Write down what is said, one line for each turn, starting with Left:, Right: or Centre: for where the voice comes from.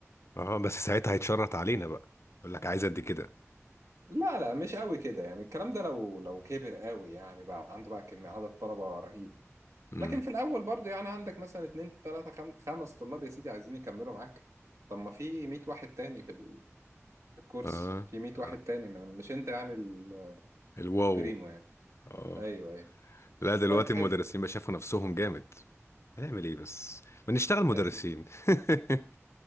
Left: اه بس ساعتها هيتشرط علينا بقى يقول لك عايز قد كده
Right: لا لا مش قوي كده يعني الكلام ده لو لو كبر قوي يعني بقى عنده بقى كمية عدد طلبة رهيب
Left: امم
Right: لكن في الأول برضو يعني عندك مثلا اتنين تلاتة خم... خمس طلاب يا سيدي عايزين يكملوا معاك طب ما في 100 واحد تاني في ال- في الكورس
Left: اه
Right: في 100
Left: اه
Right: واحد تاني ما مش أنت يعني ال...
Left: الواو
Right: البريمو يعني
Left: اه
Right: أيوه أيوه
Left: لا دلوقتي
Right: طيب حلو
Left: المدرسين بقى شافوا نفسهم جامد هنعمل ايه بس ما نشتغل مدرسين
Right: يا سيدي
Left: <laughs>